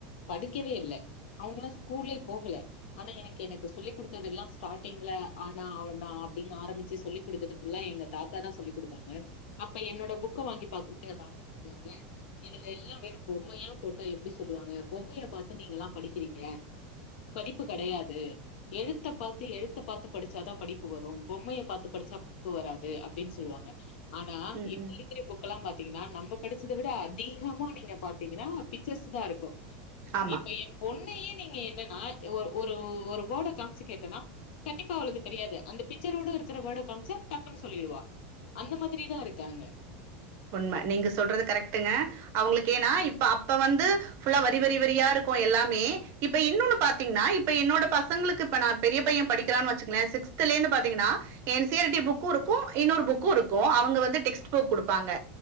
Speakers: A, on the left; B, on the right.
A: படிக்கவே இல்ல அவங்கல்லா ஸ்கூலே போகல ஆனா எனக்கு எனக்கு சொல்லிக் குடுத்தது எல்லா ஸ்டார்டிங்ல ஆணா ஆவண்ணா அப்டின்னு ஆரம்பிச்சு சொல்லி் குடுத்தது ஃபுல்லா எங்க தாத்தாதா சொல்லி் குடுத்தாங்க அப்ப என்னோட புக்க வாங்கி பாக்கும்போது எங்க தாத்தா சொல்லுவாங்க இதுல எல்லா வெறும் பொம்மையா போட்டா எப்டி சொல்லுவாங்க பொம்மய பாத்து நீங்க எல்லா படிக்கிறீங்க படிப்பு கெடையாது எழுத்த பாத்து எழுத்த பாத்து படிச்சாதா படிப்பு வரு பொம்மைய பாத்து படிச்சா படிப்பு வராது அப்டின்னு சொல்லுவாங்க ஆனா
B: ம்,
A: இப்ப
B: ம்.
A: இருக்குற புக்க எல்லாம் பாத் தீங்கன்னா நம்ம படிச்சத விட அதிகமா நீங்க பாத்தீங்கன்னா பிச்சர்ஸ்தா இருக்கும்
B: ஆமா.
A: இப்ப என் பொண்ணயே நீங்க என்னன்னா ஒரு ஒரு ஒரு வேர்ட காமிச்சு கேட்டனா கண்டிப்பா அவளுக்கு தெரியாது அந்த பிக்சரோட இருக்கிற வேர்ட காமிச்சா டக்குன்னு சொல்லிடுவா அந்த மாதிரிதா இருக்காங்க
B: உண்மை நீங்க சொல்றது கரெக்ட்டுங்க அவங்களுக்கு ஏன்னா இப்ப அப்ப வந்து ஃபுல்லா வரி வரி வரியா இருக்கு எல்லாமே இப்ப இன்னொன்னு பாத்தீங்கன்னா இப்ப என்னோட பசங்களுக்கு இப்ப நா பெரிய பைய படிக்கறான்னு வச்சுக்கங்களே சிக்ஸ்த்துலேர்ந்து பாத்தீங்கன்னா என் சிஆர் டி புக்கும் இருக்கும் இன்னொரு புக்கும் இருக்கும் அவங்க வந்து டெஹ்ஸ்ட் புக் குடுப் பாங்க